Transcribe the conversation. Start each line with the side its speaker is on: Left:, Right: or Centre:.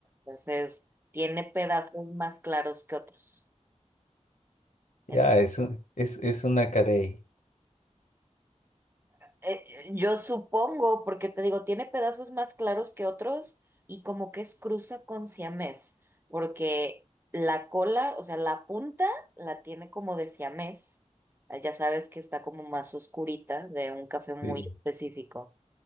Right: Entonces, tiene pedazos más claros que otros.
Left: Ya,
Right: Entonces,
Left: es un- es, es una carey.
Right: Eh, yo supongo, porque te digo, tiene pedazos más claros que otros y como que es cruza con siamés, porque la cola, o sea, la punta la tiene como de siamés. Ah, Ya sabes que está como más oscurita de un café muy
Left: Sí.
Right: específico.